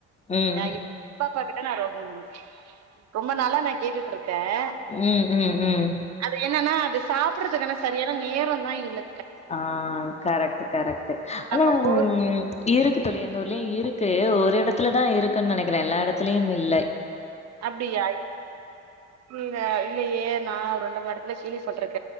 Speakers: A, on the left; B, on the right.
A: ம்
B: இப்ப <unintelligible> கிட்ட நான் <unintelligible> ரொம்ப நாளா நான் கேட்டுட்டு இருக் கன்
A: ம் ம் ம்
B: அது என்னன்னா அது சாப்றதுக்கான சரியான நேரம்தா இல்ல
A: ஆஹ் கரெக்ட் கரெக்ட் ஆனா
B: நம்ம
A: உ
B: போய்
A: இருக்கு தோழி எங்க ஊர்லயும் இருக்கு இருக்கு ஒரு இடத்துலதான் இருக்குன்னு நினைக்கிறேன் எல்லா இடத்துலயும் இல்லை
B: அப்படியா இங்க இல்லையே நா வந்து இடத்துல <unintelligible> கேல்வி பட்ருக்க